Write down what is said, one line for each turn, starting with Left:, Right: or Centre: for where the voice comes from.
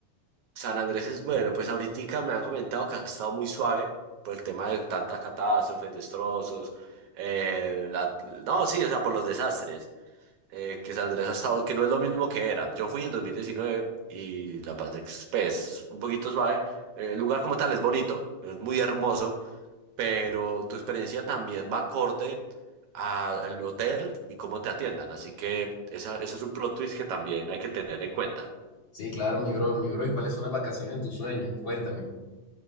Right: San Andrés es bueno, pues ahorita me han comentado que ha estado muy suave por el tema de tantas catástrofes, destrozos, eh, la- no, sí, o sea, por los desastres. eh, que San Andrés ha estado, que no es lo mismo que era. Yo fui en 2019 y la pasé pues, un poquito suave. Eh, El lugar como tal es bonito, es muy hermoso, pero tu experiencia también va acorde a- al hotel y cómo te atiendan. Así que esa, eso es un plot twist que también hay que tener en cuenta.
Left: Sí, claro, mi bro, mi bro, ¿y cuáles son las vacaciones de tus sueños? Cuéntame.